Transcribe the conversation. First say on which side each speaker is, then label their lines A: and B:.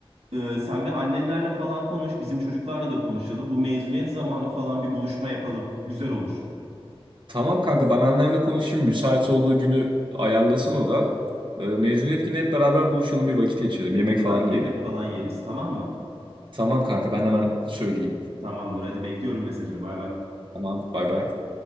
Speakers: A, on the right; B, on the right.
A: e, sen bir annenlerle falan konuş. Bizim çocuklarla da konuşalım. Bu mezuniyet zamanı falan bir buluşma yapalım. Güzel olur.
B: Tamam kanka ben annemle konuşayım. Müsait olduğu günü ayarlasın o da. Ee, mezuniyet günü hep beraber buluşalım bir vakit geçirelim. Yemek
A: Güzel
B: falan
A: bir
B: yiyelim.
A: yemek falan yeriz. Tamam mı?
B: Tamam kanka ben hemen söyleyeyim.
A: Tamamdır. Hadi bekliyorum mesajını. Bay bay.
B: Tamam bay bay.